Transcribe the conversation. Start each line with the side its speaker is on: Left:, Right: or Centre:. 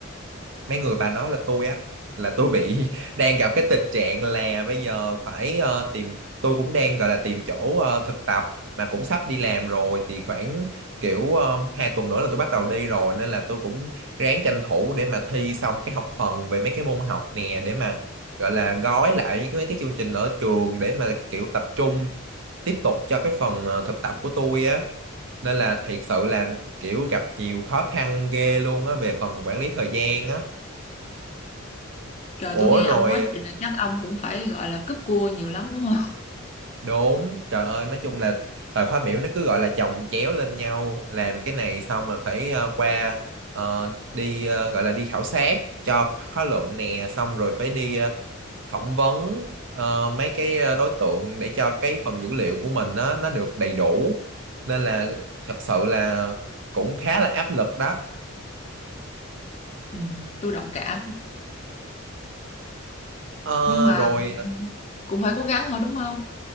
Right: mấy người bà nói là tôi á là tôi bị <laughs> đang gặp cái tình trạng là bây giờ phải ờ, tìm tôi cũng đang gọi là tìm chỗ ờ, thực tập mà cũng sắp đi làm rồi thì khoảng kiểu ờ, hai tuần nữa là tôi bắt đầu đi rồi nên là tôi cũng ráng tranh thủ để mà thi xong cái học phần về mấy cái môn học nè để mà gọi là gói lại những cái mấy cái chương trình ở trường để mà kiểu tập trung tiếp tục cho cái phần ờ, thực tập của tôi á nên là thiệt sự là kiểu gặp nhiều khó khăn ghê luôn á về phần quản lý thời gian á
Left: Trời
Right: Ủa
Left: tôi nghe
Right: rồi
Left: ông nói vậy là chắc ông cũng phải gọi là cúp cua nhiều lắm đúng không?
Right: đúng trời ơi nói chung là thời khóa biểu nó cứ gọi là chồng chéo lên nhau làm cái này xong là phải ờ, qua ờ, đi ờ, gọi là đi khảo sát cho khóa luận nè xong rồi phải đi ờ, phỏng vấn ờ, mấy cái ờ, đối tượng để cho cái phần dữ liệu của mình nó nó được đầy đủ nên là thật sự là cũng khá là áp lực đó
Left: Ừ, tôi đồng cảm.
Right: Ờ,
Left: nhưng mà
Right: rồi
Left: cũng phải cố gắng thôi đúng không